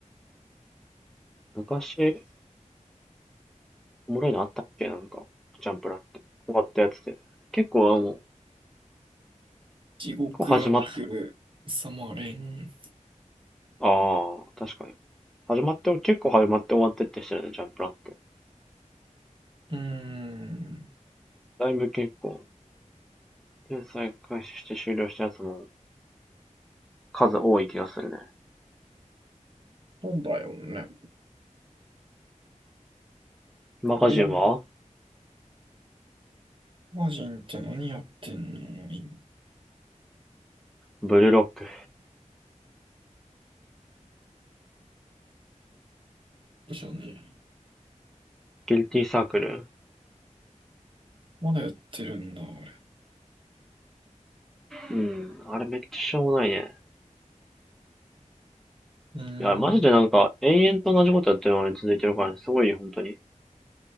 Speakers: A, in the centre; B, on the right.
A: 昔、おもろいのあったっけなんか、ジャンプラって。終わったやつで。結構、あの、結
B: 地獄楽、
A: 構始まっ、
B: サマレン。
A: ああ、確かに。始まって、結構始まって終わってってしてるね、ジャンプラって。
B: うーん、
A: だいぶ結構、連載開始して終了したやつの数多い気がするね。
B: そうだよね。
A: マガジンは
B: 俺、マージンって何やってんの今。
A: ブルーロック。
B: でしょうね。
A: ギルティーサークル。
B: まだやってるんだ、あれ。
A: うん、あれめっちゃしょうもないね。
B: うーん。
A: いや、マジでなんか、延々と同じことやってるのに続いてるからね、すごいよ、本当に。